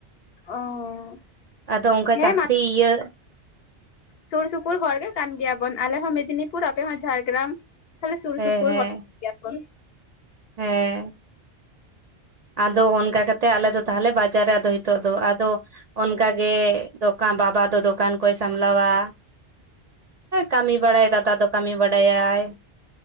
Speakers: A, on the left (about 70°); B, on the right (about 50°).
A: ᱚᱸ
B: ᱟᱫᱚ ᱚᱱᱠᱟ
A: ᱦᱮᱸ
B: ᱪᱟᱹᱠᱨᱤ ᱤᱭᱟᱹ
A: ᱥᱩᱨ ᱥᱩᱯᱩᱨ ᱦᱚᱲ ᱜᱮ ᱠᱟᱱ ᱜᱮᱭᱟ ᱵᱚᱱ ᱟᱞᱮ ᱦᱚᱸ ᱢᱮᱫᱽᱱᱤᱯᱩᱨ ᱟᱯᱮ ᱦᱚᱸ ᱡᱷᱟᱲᱜᱨᱟᱢ ᱛᱟᱦᱞᱮ ᱥᱩᱨ
B: ᱦᱮᱸ
A: ᱥᱩᱯᱩᱨ
B: ᱦᱮᱸ
A: ᱦᱚᱲ <inaudible> ᱜᱮᱭᱟᱵᱚᱱ
B: ᱦᱮᱸ ᱟᱫᱚ ᱚᱱᱠᱟ ᱠᱟᱛᱮᱜ ᱟᱞᱮ ᱫᱚ ᱛᱟᱦᱞᱮ ᱵᱟᱡᱟᱨ ᱨᱮ ᱟᱫᱚ ᱱᱤᱛᱚᱜ ᱫᱚ ᱟᱫᱚ ᱚᱱᱠᱟᱜᱮ ᱵᱟ ᱵᱟᱵᱟ ᱫᱚ ᱫᱚᱠᱟᱱ ᱠᱚᱭ ᱥᱟᱢᱞᱟᱣᱟ ᱠᱟᱹᱢᱤ ᱵᱟᱲᱟᱭ ᱫᱟᱫᱟ ᱫᱚ ᱠᱟᱹᱢᱤ ᱵᱟᱰᱟᱭᱟᱭ